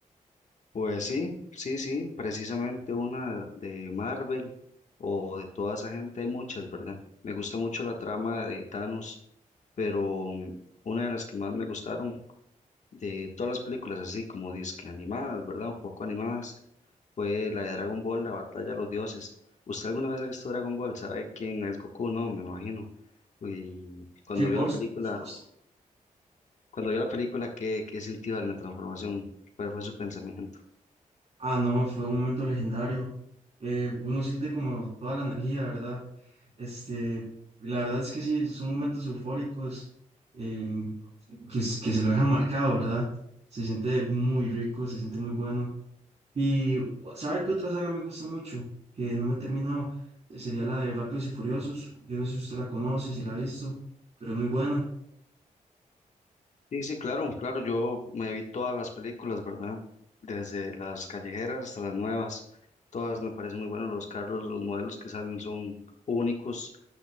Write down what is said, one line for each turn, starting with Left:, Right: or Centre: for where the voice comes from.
Left: Pues sí, sí, sí, precisamente una de Marvel o de toda esa gente, hay muchas, ¿verdad? Me gusta mucho la trama de Thanos, pero mm, una de las que más me gustaron de todas las películas, así como disque animadas, ¿verdad? Un poco animadas, fue la de Dragon Ball, la batalla de los dioses. ¿Usted alguna vez ha visto Dragon Ball? ¿Sabe quién es Goku? No, me imagino. Y cuando
Right: Sí, por
Left: vio la película,
Right: su- por supuesto.
Left: cuando vio la película, ¿qué, qué sintió en la transformación? ¿Cuál fue su pensamiento?
Right: Ah, no, fue un momento legendario. Eh, uno siente como toda la energía, ¿verdad? Este, la verdad es que sí, son momentos eufóricos eh, que, s- que se lo dejan marcado, ¿verdad? Se siente muy rico, se siente muy bueno. Y ¿sabe qué otra saga me gusta mucho? Que no me he terminado. eh, Sería la de Rápidos y Furiosos. Yo no sé si usted la conoce, si la ha visto, pero es muy buena.
Left: Sí, sí, claro, claro, yo me vi todas las películas, ¿verdad? Desde las callejeras hasta las nuevas, todas me parecen muy buenos los carros, los modelos que salen son únicos,